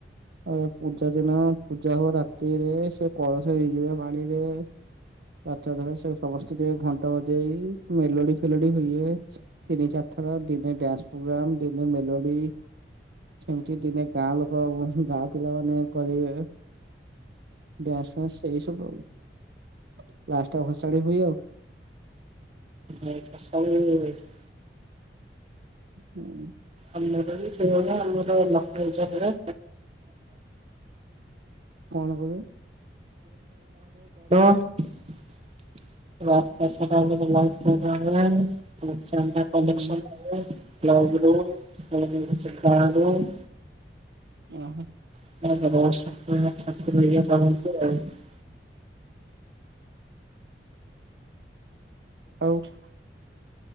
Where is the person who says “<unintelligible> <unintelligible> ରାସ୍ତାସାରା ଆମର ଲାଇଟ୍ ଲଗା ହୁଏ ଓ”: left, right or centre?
Right